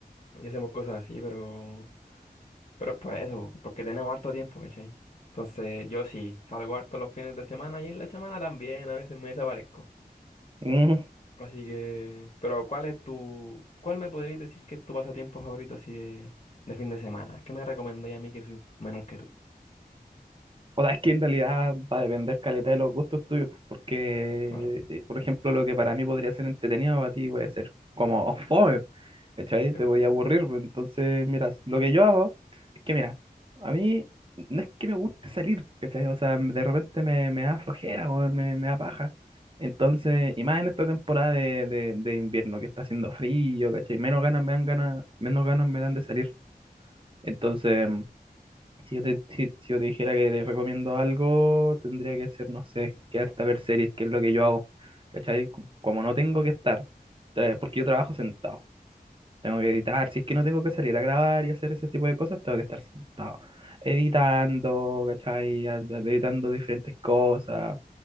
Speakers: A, on the left (about 40°); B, on the right (about 35°).
A: Y hacemos cosas así, pero, pero es por eso, porque tenemos harto tiempo, ¿cachai? Entonces yo sí, salgo harto los fines de semana y en la semana también, a veces me desaparezco.
B: yo.
A: Así que, pero ¿cuál es tu, cuál me podrías decir que es tu pasatiempo favorito así de, de fin de semana? ¿Qué me recomendáis a mí que soy menor que tú?
B: O sea, es que en realidad va a depender caleta de los gustos tuyos, pues, porque,
A: Claro,
B: eh, por ejemplo, lo que para mí podría ser entretenido, para ti puede ser como <laughs> fome, ¿cachai?
A: yo.
B: Te voy a aburrir, pues, entonces, mira, lo que yo hago es que, mira, a mí no es que me guste salir, ¿cachai? O sea, de repente me, me da flojera, o me, me da paja. Entonces, y más en esta temporada de, de, de invierno que está haciendo frío, ¿cachai? Menos ganas me dan ganas, menos ganas me dan de salir. Entonces... Si yo te, si, si yo te dijera que te recomiendo algo, tendría que ser, no sé, quedarte a ver series, que es lo que yo hago. ¿Cachai? Co- Como no tengo que estar, tra- porque yo trabajo sentado. Tengo que editar, si es que no tengo que salir a grabar y hacer ese tipo de cosas, tengo que estar sentado. Editando, ¿cachai? A- a- Editando diferentes cosas,